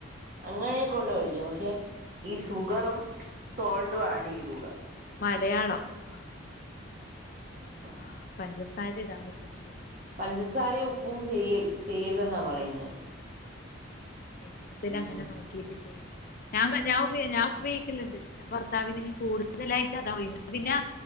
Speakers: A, on the right (about 40°); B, on the left (about 45°).
A: അങ്ങനെയൊക്കെള്ള മേടിക്കും പക്ഷെ ഈ ഷുഗറും സോൾട്ടും ആഡ് ചെയ്തൂടുക
B: മലയാളം ആഹ്
A: ആഹ് സോറി
B: ആഹ് പഞ്ചസാര ഇടാൻ പറ്റതല്ലേ
A: പഞ്ചസാരയും ഉപ്പും ചെയ്യ ചെയ്യരുതെന്നാ
B: ആഹ്
A: പറയുന്ന
B: അതന്നെ ഇനി മുതൽ
A: ഉം
B: അങ്ങനെ നോക്കീട്ട് ചെയ്യണം ഞാൻ ഞാ ഞാൻ ഉയോഗിക്കുണ്ട് ഞാൻ ഭർത്താവിന് കൂടുതലായിട്ട് അത പിന്നെ